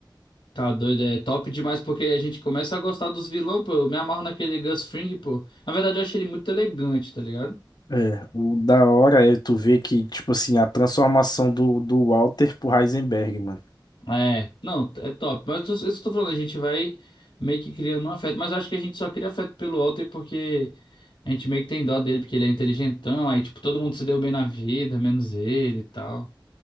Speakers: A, on the left; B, on the left.
A: Tá doido, é top demais porque a gente começa a gostar dos vilão, pô. Eu me amarro naquele Gus Fring, pô. Na verdade, eu acho ele muito elegante, tá ligado?
B: É, o da hora é tu ver que, tipo assim, a transformação do, do Walter pro Heisenberg, mano.
A: É, não, é top. Mas eu tô, eu tô falando, a gente vai meio que criando um afeto, mas eu acho que a gente só cria afeto pelo Walter porque a gente meio que tem dó dele, porque ele é inteligentão, aí, tipo, todo mundo se deu bem na vida, menos ele e tal.